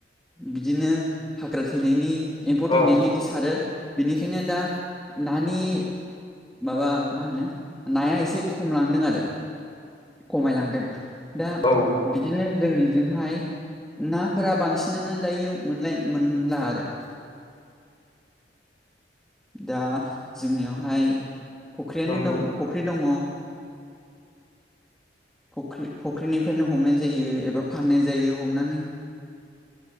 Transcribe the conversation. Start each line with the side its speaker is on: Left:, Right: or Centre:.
Centre: बिदिनो हाग्रा थैनायनि एम्फौ
Left: औ
Centre: थैनायनि बिदि सारो बिनिखायनो दा नानि माबा मा होनो नाया एसे खमलांदों आरो खमायलांदों दा
Left: औ
Centre: बिदिनो जोंनिजोंहाय नाफोरा बांसिन बिसिनानो दायो मोनलाय मोनला आरो दा जोंनियावहाय फख्रियानो
Left: नंगौ
Centre: दं फख्रि दङ फ्रि फख्रिनिफ्रायनो हमनाय जायो एबा फाननाय जायो हमनानै